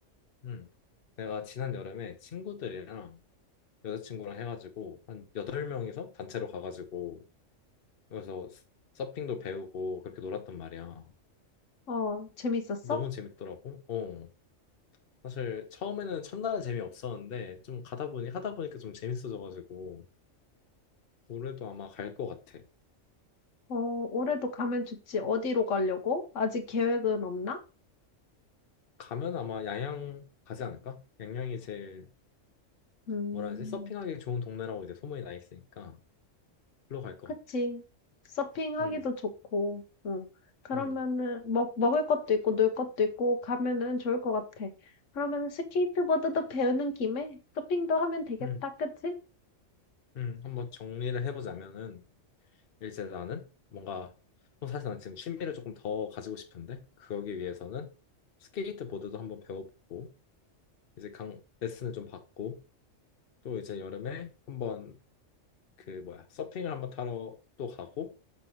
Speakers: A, on the left; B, on the left.
A: 음. 내가 지난 여름에 친구들이랑 여자친구랑 해가지고 한 여덟 명이서 단체로 가가지고 그래서 서핑도 배우고 그렇게 놀았단 말이야.
B: 어, 재밌었어?
A: 너무 재밌더라고. 어. 사실 처음에는 첫날은 재미없었는데 좀 가다 보니 하다 보니까 좀 재밌어져가지고 올해도 아마 갈 것 같아.
B: 어, 올해도 가면 좋지. 어디로 가려고? 아직 계획은 없나?
A: 가면 아마 양양 가지 않을까? 양양이 제일
B: 음.
A: 뭐라 해야지? 서핑하기 좋은 동네라고 이제 소문이 나 있으니까 글로 갈 것
B: 그치.
A: 같아.
B: 서핑하기도
A: 음,
B: 좋고, 응. 그러면은,
A: 음,
B: 먹, 먹을 것도 있고, 놀 것도 있고, 가면은 좋을 것 같아. 그러면은 스케이트보드도 배우는 김에 서핑도 하면 되겠다,
A: 음,
B: 그치?
A: 음. 한번 정리를 해보자면은 이제 나는 뭔가 어, 사실 난 지금 취미를 조금 더 가지고 싶은데 그러기 위해서는 스케이트보드도 한번 배워보고 이제 강 레슨을 좀 받고 또 이제 여름에 한번 그 뭐야 서핑을 한번 타러 또 가고